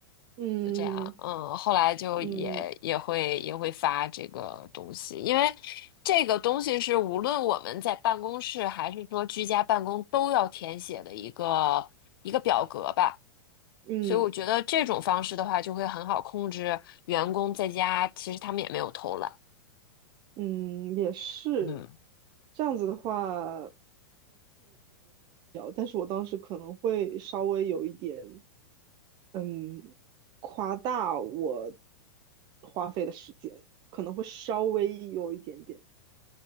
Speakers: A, on the right; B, on the left.
A: 嗯
B: 就这样，嗯，后来就也也会也会发这个东西，
A: 嗯
B: 因为这个东西是无论我们在办公室还是说居家办公都要填写的一个一个表格吧，
A: 嗯
B: 所以我觉得这种方式的话就会很好控制员工在家，其实他们也没有偷懒，
A: 嗯，也是。
B: 嗯，
A: 这样子的话，但是我当时可能会稍微有一点，嗯，夸大我花费的时间，可能会稍微有一点点。